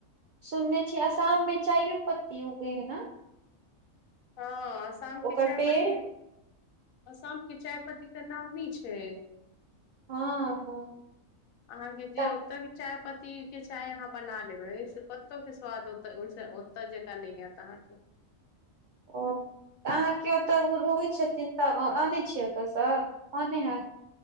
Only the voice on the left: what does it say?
हँ असामके
चायपती
आसाम के चाय पत्ती तऽ नामी छै
अहाँके जे
ओतय के चाय पत्त के चाय अहाँ बना लेबै से कतौ के स्वादहि ओतय जकाँ नहि आयत अहाँके